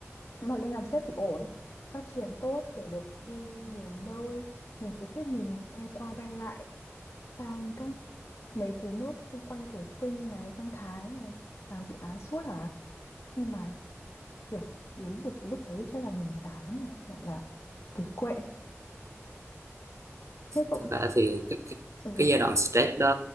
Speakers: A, on the left; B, on the right.
A: nếu mà lên làm sếp thì ổn phát triển tốt kiểu được đi nhiều nơi mình thấy sếp mình bay qua bay lại sang các mấy cái nước xung quanh kiểu Sinh này sang Thái này làm dự án suốt à nhưng mà kiểu đến được lúc đấy chắc là mình già lắm rồi gọi là kiệt quệ thế cậu
B: thực ra thì cái, cái,
A: ừ
B: cái giai đoạn stress đó